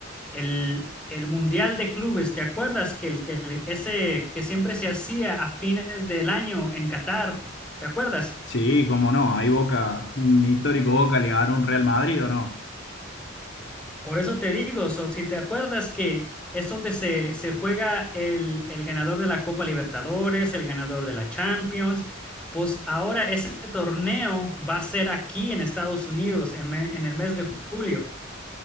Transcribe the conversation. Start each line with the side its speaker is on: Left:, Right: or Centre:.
Centre: el, el Mundial de Clubes. ¿Te acuerdas que, el, que el- ese que siempre se hacía a fines del año en Qatar? ¿Te acuerdas?
Left: Sí, cómo no, hay Boca, un histórico Boca le ganó un Real Madrid o no.
Centre: Por eso te digo, so, si te acuerdas que es donde se, se juega el, el ganador de la Copa Libertadores, el ganador de la Champions, pues ahora ese torneo va a ser aquí en Estados Unidos en, me- en el mes de julio.